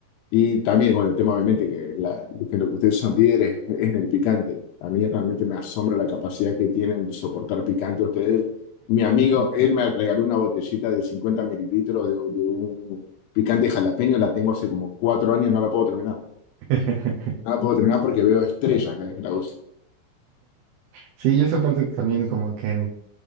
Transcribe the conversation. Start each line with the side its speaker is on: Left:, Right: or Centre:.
Left: Y también, bueno, el tema obviamente que, la- que lo que ustedes son líderes es, en el picante. A mí realmente me asombra la capacidad que tienen de soportar picante ustedes. Mi amigo, él me regaló una botellita de 50 mililitros de, de un picante jalapeño, la tengo hace como cuatro años, no la puedo terminar.
Right: <laughs>
Left: No la puedo terminar porque veo estrellas cada vez que la uso.
Right: Sí, yo esa parte también como que,